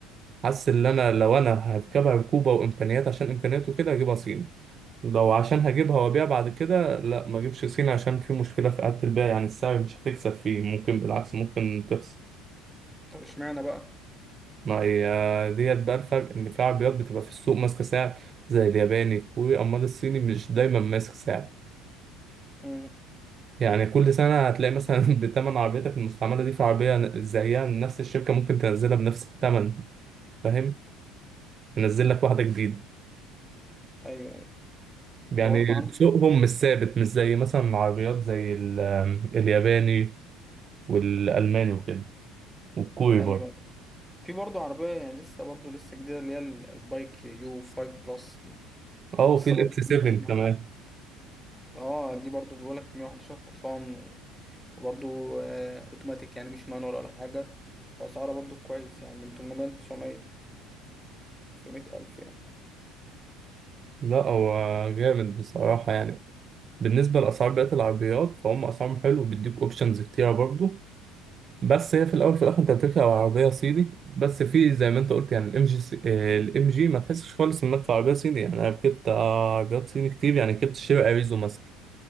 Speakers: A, on the right; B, in the centre.
A: حاسس ان انا لو انا هركبها ركوبه وامكانيات عشان امكانياته كده هجيبها صيني لو عشان هجيبها وابيع بعد كده لا ما اجيبش صيني عشان في مشكله في قعدة البيع يعني السعر مش هتكسب فيه ممكن بالعكس ممكن تخسر
B: طب اشمعنى بقى؟
A: ما هي ديت بقى الفرق ان في عربيات بتبقى في السوق ماسكه سعر زي الياباني الكوري امال الصيني مش دايما ماسك سعر
B: مم.
A: يعني كل سنه هتلاقي مثلا <laughs> بتمن عربيتك المستعمله دي في عربيه زيها نفس الشركه ممكن تنزلها بنفس الثمن فاهم تنزل لك واحده جديده
B: أيوه أيوه
A: يعني
B: أنت برضه عندك
A: سوقهم مش ثابت مش زي مثلا العربيات زي ال- الياباني والالماني وكده والكوري
B: أيوه
A: برضه
B: في برضه عربية يعني لسه برضه لسه جديدة اللي هي ال- البايك يو 5 بلس دي
A: اه وفي
B: لسه
A: الاكس
B: برضه
A: 7
B: بسمع
A: كمان
B: اه دي برضه بيقولك 111 حصان وبرضه آه اوتوماتيك يعني مش مانوال ولا حاجة وأسعارها برضه كويس يعني من 800 ل 900 900 ألف يعني
A: لا هو جامد بصراحه يعني بالنسبة لأسعار بقية العربيات فهم أسعارهم حلو وبيديك أوبشنز كتيرة برضو بس هي في الأول في الآخر أنت بتركب عربية صيني بس في زي ما أنت قلت يعني الإم جي الإم جي ما تحسش خالص إنك في عربية صيني يعني أنا ركبت آه، عربيات صيني كتير يعني ركبت شير أريزو مثلا